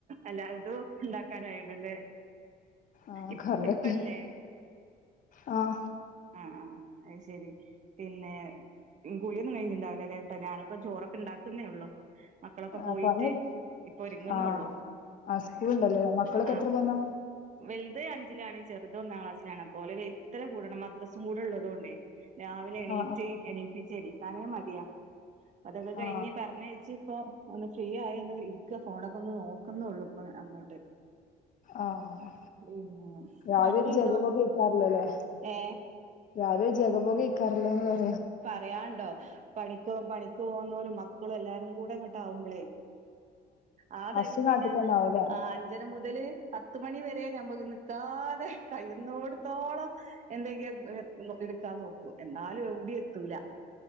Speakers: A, on the right (about 45°); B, on the left (about 50°).
A: അല്ലാതും ഇണ്ടാക്കാനായിണല്ലേ?
B: ആ
A: ഇപ്
B: കറിയൊക്കെ
A: ഇപ്പല്ലേ?
B: ആ
A: ആഹ് ആ അത് ശെരി. പിന്നെ ഗുളിയൊന്നും കഴിഞ്ഞിട്ടുണ്ടാവില്ലല്ലേ? ഇപ്പം ഞാനിപ്പം ചോറൊക്കെ ഇണ്ടാക്കുന്നേ ഉള്ളു മക്കളൊക്കെ
B: ആ
A: പോയിട്ട്
B: പണി
A: ഇപ്പൊ ഒര്ങ്ങ്ന്നേ
B: ആ
A: ഉള്ളു
B: ആ സ്കൂളുണ്ടല്ലേ മക്കളൊക്കെ
A: ആ
B: എത്ര പോന്ന
A: വല്ത് അഞ്ചിലാണ്. ചെറ്ത് ഒന്നാം ക്ലാസിലാണ്. അപ്പൊ ഓലെ വെയ്ത്തിലെ കൂടണം മദ്രസും കൂടെ ഇള്ളത്കൊണ്ടേ. രാവിലെ എണീറ്റ്
B: ആ
A: എണീപ്പിച്ച് എണീക്കാനേ മടിയാ. അതൊക്കെ കഴിഞ്ഞ്
B: ആ ആ
A: പറഞ്ഞയച്ച് ഇപ്പൊ ഒന്ന് ഫ്രീ ആയി ഒന്ന് ഇരിക്കാ. ഫോണൊക്കെ ഒന്ന് നോക്കുന്നുള്ളു ഇപ്പൊ അങ്ങോട്ട്
B: ആഹ്.
A: പിന്നെ
B: രാവിലെയൊരു
A: വണ്ടിണ്ട്
B: ജഗപൊഗ
A: വ
B: ഏയ്ക്കാറുല്ലല്ലേ?
A: ഏ
B: രാവിലെയൊരു ജഗപൊഗ ഏയ്ക്കാറില്ലാന്ന് പറയാ
A: പറയാന്ണ്ടോ? പണിക്കോ പണിക്ക് പോന്നവരും മക്കളും എല്ലാരും കൂടെ അങ്ങട്ട് ആവ്മ്പളേ ആ
B: ഹസ്
A: ടൈമ്
B: നാട്ടിൽ
A: പിന്നെ,
B: തന്നെ ആവൂല്ലേ
A: ആ അഞ്ചര മുതല് പത്ത് മണി വരെ ഞമ്മക്ക് നിക്കാതെ കയ്യ്ന്നോടത്തോളം എന്തെങ്കിലൊ എട്ക്കാൻ നോക്കു. എന്നാലും എവിടെയു എത്തൂല.